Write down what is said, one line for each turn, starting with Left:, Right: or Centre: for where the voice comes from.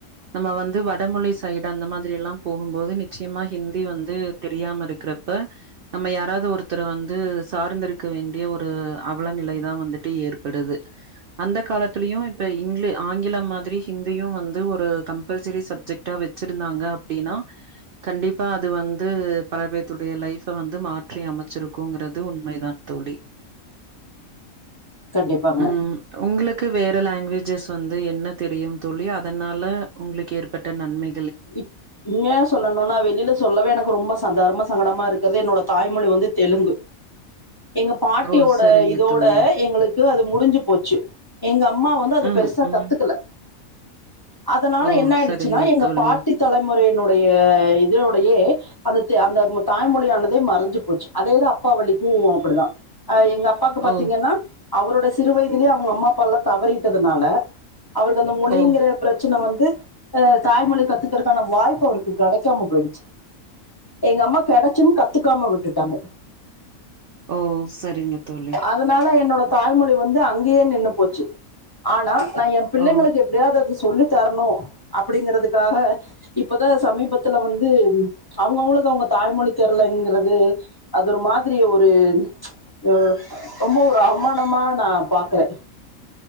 Right: நம்ம வந்து வடமொழி சைடு அந்த மாரி எல்லா போகும் போது நிச்சயமா ஹிந்தி வந்து தெரியாம இருக்கிறப்ப நம்ம யாராவது ஒருத்தரை வந்து சார்ந்திருக்க வேண்டிய ஒரு அவ் நிலை தா வந்துட்டு ஏற்படுது அந்த காலத்திலயும் இப்ப இங் ஆங்கில மாரி ஹிந்தியும் வந்து ஒரு கம்பல்சரி சப்ஜெக்டா வச்சிருந்தாங்க அப்டின்னா கண்டிப்பா அது வந்து பல பேர்த்தோட லைப் வந்து மாற்றி அமைச்சிருக்குங்கிறது உண்மைதான் தோழி
Left: கண்டிப்பாங்க
Right: ம் உங்குளு வேற லாங்குவேஜஸ் வந்து என்ன தெரியும் தோழி அதனால உங்களுக்கு ஏற்பட்ட நன்மை
Left: ம் இங்க சொல்லணும்னா வெளியில சொல்லவே எனக்கு ரொம்ப தர்ம சங்கடம் இருக்கிறது என்னோட தாய்மொழி வந்து தெலுங்கு எங்க பாட்டியோட
Right: ஓ! சரிங்க
Left: இதோட
Right: தோழி.
Left: எங்களுக்கு அது முடிஞ்சு போச்சு எங்க அப் அம்மா வந்து அதை
Right: ம்,
Left: பெருசா
Right: ம்.
Left: கத்துக்கல அதனால
Right: ஓ!
Left: என்ன ஆயிடுச்சுன்னா
Right: சரிங்க
Left: எங்க
Right: தோழி.
Left: பாட் தலைமுறையினுடைய இதலோடையே அந்த அந்த தாய்மொழியானதே மறைஞ்சு போச்சு அதோடே அப்பா வளிக்கும் அப்டிதான் எங்க அப்பாக்கு பாத்தீங்கன்னா
Right: ஓ!
Left: அவரோட சிறு வயதிலயே அவங்க அம்மா அப்பா எல்லா தவறிட்டனால அவருக்கு அந்த மொழிங்கிற
Right: ஓ!
Left: பிரச்சனை வந் க்கு தாய்மொழி கத்துக் வாய்ப்பு அவருக்கு கிடைக்காம போயிடுச்சு எங்க அம்மா கிடைச்சும் கத்துக்காம விட்டுட்டாங்க
Right: ஓ செரிங்க தோழி
Left: அதனால என்னோட தாய்மொழி வந்து அங்கயே நின்னு போச்சு ஆனா நா என் பிள்ளைங்களுக்கு
Right: ஓ!
Left: எப்டியாவது அது சொல்லி தரணு அப்டிங்கறதுக்காக இப்பதா சமீபத்துல வந்து அவங்கவுங்களுது அவங்க தாய்மொழி தெரலங்கிறது அது ஒரு மாதிரி ஒரு அ ரொம்ப ஒரு அவமானமா நா பாக்குறே